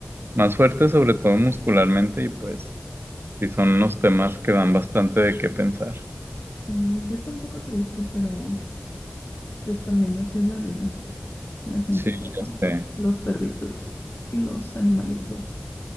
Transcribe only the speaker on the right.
más fuerte, sobre todo muscularmente, y pues sí son unos temas que dan bastante de qué pensar.
Sí,
ya sé.